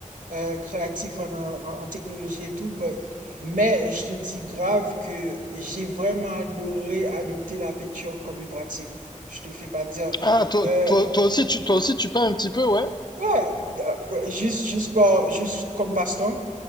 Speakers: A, on the right; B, on the left.
A: euh, créatif en, en, en technologie et tout, but- mais je te dis grave que j'ai vraiment adoré adopter la peinture comme une pratique. Je te le fais pas dire.
B: Ah, toi,
A: Euh,
B: toi, toi aussi, tu, toi aussi, tu peins un petit peu, ouais?
A: ouais, euh, juste, juste par, juste comme passe-temps.